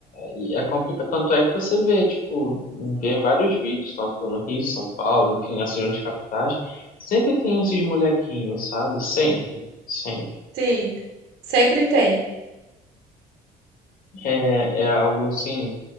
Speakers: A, on the left; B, on the right.
A: e é complicado. Tanto é que você vê, tipo, vê vários vídeos, tanto no Rio, São Paulo, enfim, essas grandes capitais, sempre tem esses molequinhos, sabe? Sempre, sempre.
B: sim. Sempre tem.
A: É, é algo, assim,